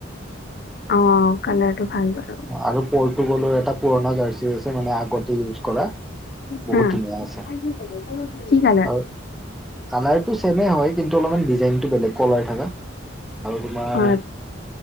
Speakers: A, on the left; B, in the centre.
A: অ', কালাৰটো বাৰু।
B: আৰু পৰ্টুগালৰ এটা পুৰণা জাৰ্চি আছে মানে আগতে ইউজ কৰা। বহুত
A: হা,
B: ধুনীয়া আছে।
A: <inaudible>
B: আৰু কালাৰটো ছেমে হয়। কিন্তু অলপমান ডিজাইনটো বেলেগ কলাৰ থকা। আৰু তোমাৰ
A: অ',